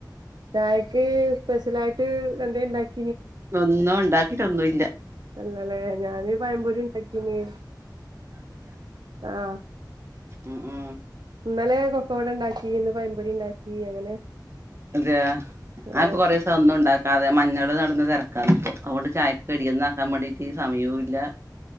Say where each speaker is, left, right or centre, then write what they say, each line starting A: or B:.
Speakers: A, on the right; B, on the right.
A: ചായക്ക് സ്പെഷ്യല് ആയിട്ട് എന്തണ്ടാക്ക
B: ഒന്നും ഉണ്ടാക്കിട്ടൊന്നും ഇല്ല
A: ഇല്ലലേ ഞാന് പഴംപൊരി ഉണ്ടാക്കീന്ന്‌ ആഹ
B: അ ആഹ
A: ഇന്നലെ കൊക്കവട ഉണ്ടാക്കി ഇന്ന്‌പഴം പൊരി ഉണ്ടാക്കി അങ്ങനെ
B: അതെ ആ
A: ഓ
B: ഇപ്പൊ കൊറേ ദിവസം ഒന്നും ഉണ്ടാക്കാതെ മഞ്ഞൾ അവിടെ നടന്ന തിരക്കാണ് ഇപ്പോ അതുകൊണ്ട് ചായക്ക കടിയൊന്നും ആക്കാൻ വേണ്ടീട്ട് സമയവും ഇല്ല